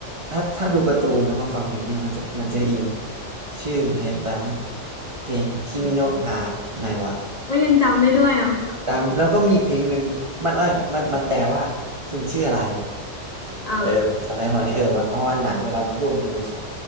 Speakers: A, on the right; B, on the left.
A: ถ้าถ้าดูการ์ตูนแล้วมาฟังเพลงเนี่ยมันจะมันจะอินชื่อ Red Vamp เพลง Kimi
B: อืม
A: no Na ไนวะ
B: ก็ยังจำได้ด้วยอ่ะ
A: ตามแล้วก็มีอีกเพลงหนึ่งมันเอ้ยมันมันแปลว่าคุณชื่ออะไร
B: อ่า
A: เออผมจำได้พอนี้เออมเพราะว่าหนังเวลามันพูดมันจะมีช็อต